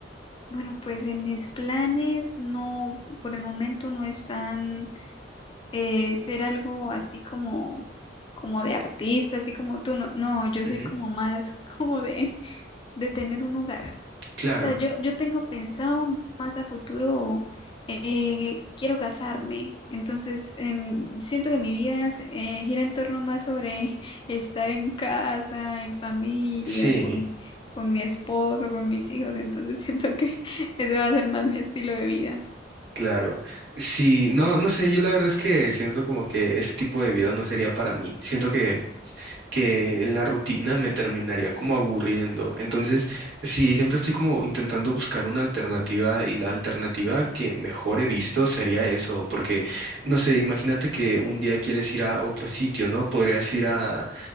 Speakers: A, on the left (about 25°); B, on the right (about 75°).
A: Bueno, pues en mis planes no, por el momento no están eh, ser algo así como, como de artista, así como tú. No, no, yo
B: Ujú.
A: soy como más <laughs> como de, de tener un hogar.
B: Claro,
A: O sea, yo, yo tengo pensado más a futuro, eh, quiero casarme. Entonces, em, siento que mi vida es, eh, gira en torno más sobre <laughs> estar en casa, en familia,
B: sí,
A: con, con mi esposo, con mis hijos. Entonces, <laughs> siento que ese va a ser más mi estilo de vida.
B: claro. Sí, no, no sé, yo la verdad es que siento como que ese tipo de vida no sería para mí. Siento que que la rutina me terminaría como aburriendo. Entonces, sí, siempre estoy como intentando buscar una alternativa y la alternativa que mejor he visto sería eso, porque, no sé, imagínate que un día quieres ir a otro sitio, ¿no? Podrías ir a